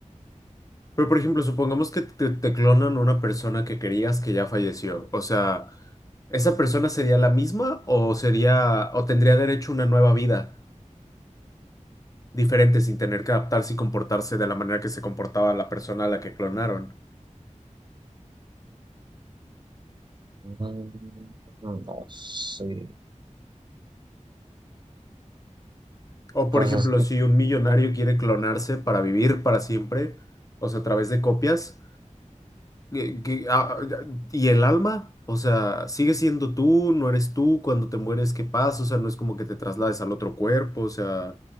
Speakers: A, on the left; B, on the right.
A: pero por ejemplo, supongamos que te, te clonan una persona que querías que ya falleció, o sea... ¿Esa persona sería la misma o sería o tendría derecho a una nueva vida diferente sin tener que adaptarse y comportarse de la manera que se comportaba la persona a la que clonaron?
B: Mm, no sé,
A: O por
B: pues
A: ejemplo,
B: es que
A: si un millonario quiere clonarse para vivir para siempre, o sea, a través de copias, ¿qué- qué- ah, ah, ¿y el alma? O sea, ¿sigue siendo tú? ¿No eres tú? Cuando te mueres, ¿qué pasa? O sea, no es como que te traslades al otro cuerpo, o sea,